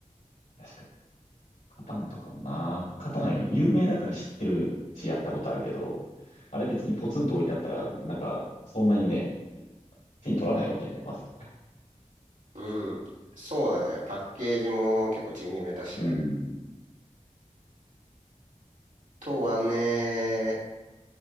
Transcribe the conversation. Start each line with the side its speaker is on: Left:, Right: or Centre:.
Left: 確かに。カタンとかもな。カタン有名だから知ってるし、やったことあるけど、あれ別にポツンと置いてあったら、なんか、そんなにね、手に取らないかもしれない、まず。<laughs>
Right: うん。そうだね。パッケージも結構地味めだし。
Left: うん。
Right: あとはね、